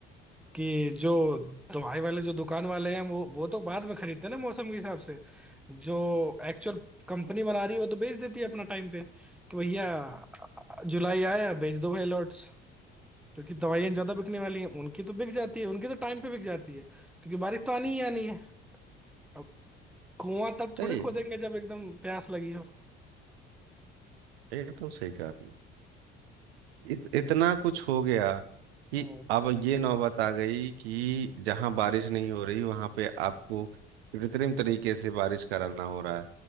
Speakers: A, in the centre; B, on the right.
A: कि जो दवाई वाले जो दुकान वाले हैं वो वो तो बाद में खरीदते हैं ना मौसम के हिसाब से जो एक्चुअल कंपनी बना रही है वो तो बेच देती है अपना टाइम पे कि भैया जुलाई आया बेच दो भाई लॉट्स क्योंकि दवाइयाँ ज्यादा बिकने वाली हैं उनकी तो बिक जाती है उनकी तो टाइम पे बिक जाती है क्योंकि बारिश तो आनी ही आनी है अब कुआं तब
B: सही
A: थोड़ी
B: है,
A: खोदेंगे जब एकदम प्यास लगी हो
B: एकदम सही कहा आपने। इत, इतना कुछ हो गया कि
A: हम्म
B: अब ये नौबत आ गई कि जहां बारिश नहीं हो रही वहां पे आपको कृत्रिम तरीके से बारिश कराना हो रहा है